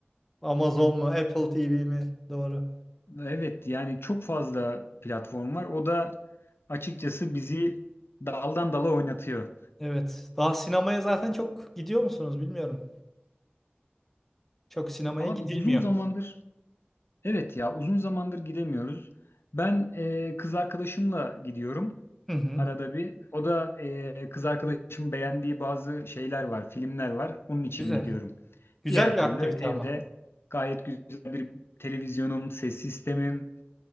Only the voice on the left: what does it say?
Evet yani çok fazla platform var. O da açıkçası bizi daldan dala oynatıyor.
Abi
uzun zamandır Evet ya uzun zamandır gidemiyoruz. Ben e, kız arkadaşımla gidiyorum
arada bir. O da e, kız arkadaşımın beğendiği bazı şeyler var, filmler var. Onun için
gidiyorum.
Diğer
türlü
evde
gayet güzel bir televizyonum, ses sistemim,